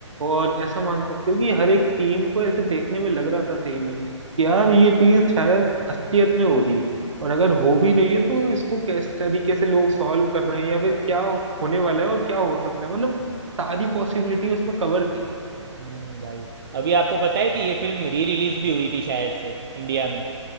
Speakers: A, on the right (about 75°); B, on the right (about 45°).
A: और ऐसा मान सकते हो कि हर एक सीन को ऐसे देखने में लग रहा था सही में कि यार ये चीज शायद असलियत में हो रही है और अगर हो भी रही है तो इसको किस तरीके से लोग सॉल्व कर रहे हैं या फिर क्या होने वाला है और क्या हो सकता है मतलब सारी पॉसिबिलिटी उसमें कवर थी
B: हम्म भाई अभी आपको पता है कि ये फिल्म री रिलीज भी हुई थी शायद से इंडिया में